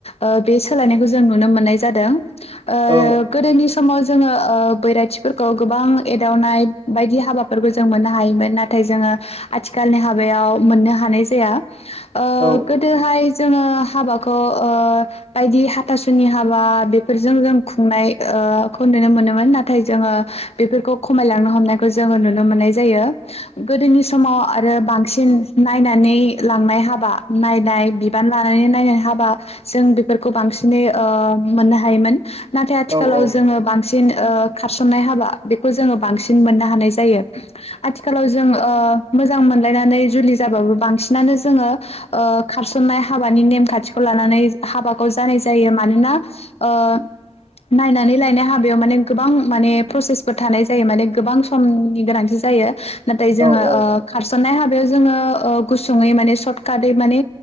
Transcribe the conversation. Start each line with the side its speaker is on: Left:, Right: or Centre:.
Left: ओ बे सोलायनायखौ जों नुनो मोननाय जादों। ओ
Right: औ
Left: गोदोनि समाव जो जोङो ओ बैराथि फोर खौ गोबां एदावनाय बायदि हाबाफोरबो जों मोननो हायोमोन नाथाय जोङो आथिखालनि हाबायाव मोननो हानाय जाया। ओ
Right: औ
Left: गोदोहाय जो जोङो हाबाखौ ओ बायदि हाथासुनि हाबा बेफोरजों जों खुंनाय ओ खौ नुनो मोनोमोन नाथाय जोङो बेफोरखौ खमायलांनो हमनायखौ जोङो नुनो मोननाय जायो। गोदोनि समाव आरो बां बांसिन नायनानै लांनाय हाबा नायनाय बिबान लानानै नायनाय हाबा जों बेफोरखौ बांसिनै ओ मोननो हायोमोन । नाथाय आथिखालाव
Right: औ
Left: जोङो बांसिन ओ खारसननाय हा हाबा बेखौ जोङो बांसिन मोननो हानाय जायो। आथिखालाव जों अ मोज मोजां मोनलायनानै जुलि जाबाबो बांसिनानो जोङो ओ खारसन्नाय हाबानि नेमखान्थिखौ लानानै हाबाखौ जानाय जायो। मानोना ओ नायनानै लायनाय हाबायाव माने गोबां माने प्रसेसफोर थानाय जायो माने गोबां समनि गोनांथि जायो नाथाय जोङो
Right: औ औ
Left: ओ खारसननाय हाब बेयाव जोङो अह गुसुङै माने सर्टकाटै माने